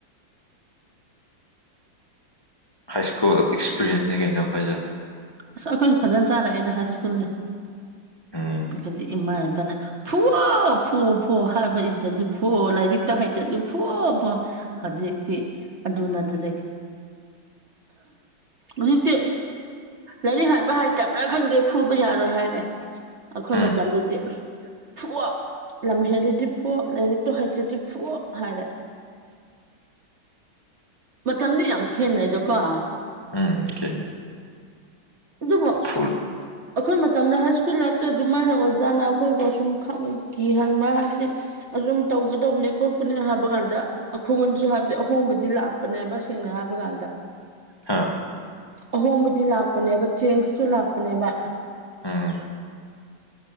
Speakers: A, on the left; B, on the right.
A: ꯍꯥꯏ ꯁ꯭ꯀꯨꯜ ꯑꯦꯛꯁꯄꯤꯔꯤꯌꯦꯟꯁꯅꯤ ꯀꯩꯅꯣ ꯑꯩꯈꯣꯏꯁꯨ
B: ꯑꯁ ꯑꯩꯈꯣꯏꯁꯨ ꯐꯖꯅ ꯆꯥꯔꯛꯑꯦꯗ ꯍꯥꯏ ꯁ꯭ꯀꯨꯜꯁꯦ
A: ꯎꯝ
B: ꯍꯥꯏꯗꯤ ꯏꯃꯥ ꯏꯄꯥꯅ ꯐꯨꯋꯣ-ꯐꯨꯋꯣ-ꯐꯨꯋꯣ ꯍꯥꯏꯕ ꯏꯟꯗ꯭ꯔꯗꯤ ꯐꯨꯋꯣ ꯂꯥꯏꯔꯤꯠꯇ ꯍꯩꯇ꯭ꯔꯤꯗꯤ ꯐꯨꯋꯣ- ꯐꯨꯋꯣ ꯍꯧꯖꯤꯛ ꯇꯤ ꯑꯗꯨ ꯅꯠꯇ ꯂꯩ ꯍꯨꯖꯤꯛꯇꯤ ꯂꯥꯏꯔꯤꯛ ꯍꯩꯏꯕ ꯍꯩꯇꯕ꯭ꯔꯥ ꯈꯪꯗꯦ ꯐꯨꯕ ꯌꯥꯔꯣꯏ ꯍꯥꯏꯔꯦ ꯑꯩꯈꯣꯏ
A: ꯎꯝ
B: ꯃꯇꯝꯗꯗꯤ ꯑꯁ ꯐꯨꯋꯣ ꯂꯝ ꯍꯦꯜꯂꯗꯤ ꯐꯨꯋꯣ ꯂꯥꯏꯔꯤꯛꯇꯣ ꯍꯩꯇ꯭ꯔꯗꯤ ꯐꯨꯋꯣ ꯍꯥꯏꯔꯦ ꯃꯇꯝꯗꯤ ꯌꯥꯝ ꯈꯦꯠꯅꯩꯗꯀꯣ
A: ꯎꯝ ꯈꯦꯅꯩ
B: ꯑꯗꯨꯕꯨ
A: ꯐꯨꯜ
B: ꯑꯩꯈꯣꯏ ꯃꯇꯝꯗ ꯍꯥꯏ ꯁ꯭ꯀꯨꯜ ꯂꯥꯏꯞꯇ ꯑꯗꯨꯃꯥꯏꯅ ꯑꯣꯖꯥꯅ ꯑꯩꯈꯣꯏꯕꯨ ꯑꯁꯨꯝ ꯈꯪ ꯀꯤꯍꯟꯕ ꯍꯥꯏꯕꯗꯤ ꯑꯗꯨꯝ ꯇꯧꯒꯗꯧꯕꯅꯦ ꯈꯣꯠꯄꯅꯦ ꯍꯥꯏꯕ ꯀꯥꯟꯗ ꯑꯈꯣꯉꯣꯟꯗꯁꯨ ꯍꯥꯏꯕꯗꯤ ꯑꯍꯣꯡꯕꯗꯤ ꯂꯥꯛꯄꯅꯦꯕ ꯁꯦꯡꯅ ꯍꯥꯏꯕ ꯀꯥꯟꯗ
A: ꯍꯥꯥ
B: ꯑꯍꯣꯡꯕꯗꯤ ꯂꯥꯛꯄꯅꯦꯕ ꯆꯦꯡꯁꯇꯨ ꯂꯥꯛꯄꯅꯦꯕ
A: ꯎꯝ